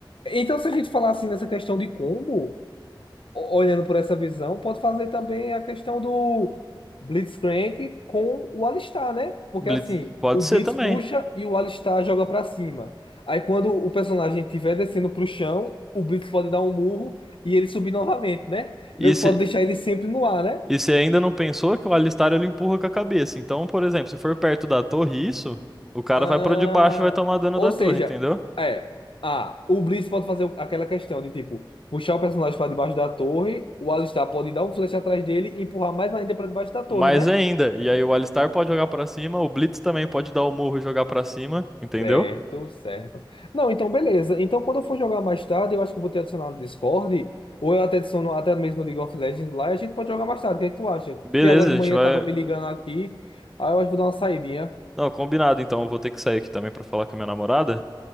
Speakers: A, on the left; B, in the centre.
A: Então, se a gente falar assim nessa questão de combo, o- olhando por essa visão, pode fazer também a questão do Blitzcrank com o Alistar, né? Porque
B: Blitz,
A: assim,
B: pode
A: o Blitz
B: ser também.
A: puxa e o Alistar joga pra cima. Aí quando o personagem estiver descendo pro chão, o Blitz pode dar um murro e ele subir novamente, né? Meio
B: E
A: que
B: se,
A: pode deixar ele sempre no ar, né?
B: e se ainda não pensou que o Alistar ele empurra com a cabeça. Então, por exemplo, se for perto da torre isso, o cara
A: Ah,
B: vai pra debaixo e vai tomar dano
A: ou
B: da
A: seja,
B: torre, entendeu?
A: é. Ah, o Blitz pode fazer aquela questão de tipo puxar o personagem para debaixo da torre, o Alistar pode dar um flash atrás dele e empurrar mais ainda para debaixo da
B: Mais
A: torre, né?
B: ainda. E aí o Alistar pode jogar pra cima, o Blitz também pode dar o murro e jogar pra cima, entendeu?
A: Certo, certo. Não, então beleza. Então quando eu for jogar mais tarde, eu acho que eu vou ter adicionado no Discord, ou eu até adiciono até mesmo no League of Legends lá e a gente pode jogar mais tarde. O que é que tu acha?
B: Beleza,
A: Que agora
B: a
A: de
B: gente
A: manhã
B: vai.
A: tava me ligando aqui, aí eu acho que vou dar uma saidinha.
B: Não, combinado então. Eu vou ter que sair aqui também pra falar com a minha namorada.